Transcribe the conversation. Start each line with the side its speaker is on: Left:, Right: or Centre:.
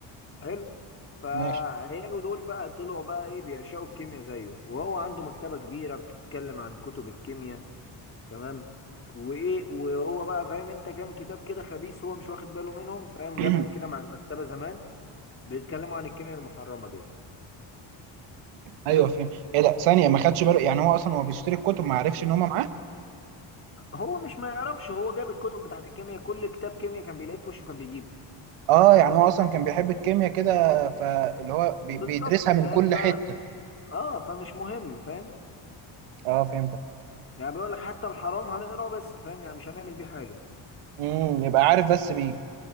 Left: حلو فعياله
Right: ماشي
Left: دول بقى طلعوا بقى ايه بيعشقوا الكيمياء زيه وهو عنده مكتبة كبيرة بتتكلم عن كتب الكيمياء تمام وايه وهو بقى فاهم انت كام كتاب كده خبيث هو مش واخد باله منهم فاهم
Right: <clears throat>
Left: جابهم كده مع المكتبة زمان بيتكلموا عن الكيمياء المحرمة دي
Right: ايوه
Left: حلو.
Right: فهمت ايه ده ثانية ما خدش باله يعني هو اصلا هو بيشتري الكتب ما عرفش ان هما معاه
Left: هو مش ما يعرفش هو جاب الكتب بتاعت الكيمياء كل كتاب كيمياء كان بيلاقيه في وشه كان بيجيبه
Right: اه يعني هو اصلا كان بيحب الكيمياء كده فاللي هو بي-
Left: بالظبط
Right: بيدرسها من
Left: فاهم
Right: كل
Left: ف
Right: حتة
Left: اه فمش مهم فاهم
Right: اه فهمتك
Left: يعني بيقول لك حتى الحرام هنقراه بس فاهم يعني مش هنعمل بيه حاجه
Right: امم يبقى عارف بس بيه